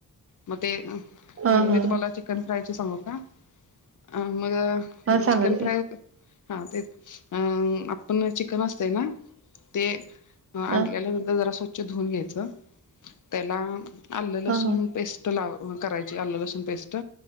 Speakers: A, on the left; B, on the right.
A: मग ते मी
B: हा हा
A: तुम्हाला चिकन फ्रायचे सांगू का अ मग
B: हा सांगा
A: चिकन
B: की
A: फ्राय हा ते अ आपण चिकन असतय ना ते आणल्याल्यानंतर
B: हा
A: जरा स्वच्छ धुून घ्यायचं त्याला आलं
B: हा
A: लसूण
B: हा
A: पेस्ट त लाव करायची आलू लसूण पेस्ट